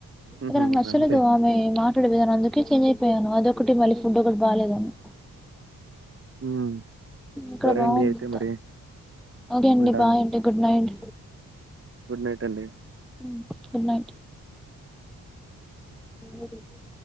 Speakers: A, on the right; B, in the centre.
A: హుహు.
B: అక్కడ నాకు నచ్చలేదు
A: అంతే.
B: ఆమె మాట ఇక్కడ అందుకే చేంజ్ అయిపోయాను అదొకటి మళ్ళీ ఫుడ్ ఒకటి బాలేదుని
A: హ్మ్
B: ఇక్కడ
A: సరే
B: బావుంది
A: అండి అయితే
B: అంతా
A: మరి
B: ఒక అండి
A: ఉంటాను
B: బై అండి గుడ్ నైట్
A: గుడ్ నైట్ అండి
B: హమ్ గుడ్ నైట్ అ